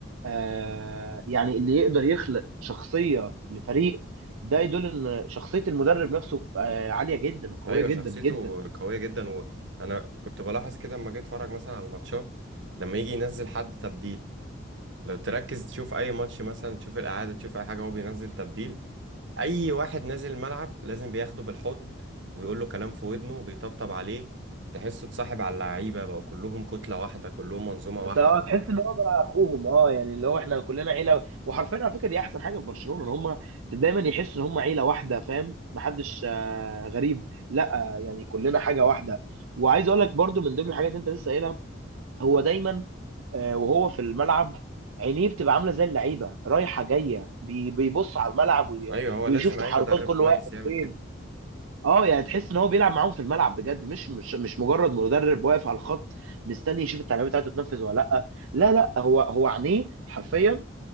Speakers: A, on the right; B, on the right.
A: آه يعني اللي يقدر يخلق شخصية لفريق ده يدل إن شخصية المدرب نفسه آه عالية جدا وقوية
B: ايوه
A: جدا
B: شخصيته
A: جدا يعني
B: قويه جدا وانا كنت بلاحظ كده لما جيت اتفرج مثلا على ماتشات لما يجي ينزل حد تبديل لو تركز تشوف اي ماتش مثلا تشوف الاعاده تشوف اي حاجه هو بينزل تبديل اي واحد نازل الملعب لازم بياخده بالحضن وبيقول له كلام في ودنه وبيطبطب عليه تحسه اتصاحب على اللعيبه بقوا كلهم كتله واحده كلهم منظومه
A: انت
B: واحده
A: اه تحس ان هو بقى اخوهم اه يعني اللي هو احنا كلنا عيله وحرفيا على فكره دي احسن حاجه في برشلونه ان هم دايما يحسوا ان هم عيله واحده فاهم محدش آه غريب لا آه يعني كلنا حاجه واحده وعايز اقول لك برضو من ضمن الحاجات اللي انت لسه قايلها هو دايما آه، وهو في الملعب عينيه بتبقى عامله زي اللعيبه رايحه جايه بي- بيبص على الملعب وي-
B: ايوه هو
A: ويشوف
B: لازم
A: تحركات
B: اي مدرب
A: كل
B: كويس
A: واحد
B: يعمل
A: فين
B: كده
A: اه يعني تحس ان هو بيلعب معاهم في الملعب بجد مش مش مش مجرد مدرب واقف على الخط مستني يشوف التعليمات بتاعته تنفذ ولا لا لا لا هو هو عينيه حرفيا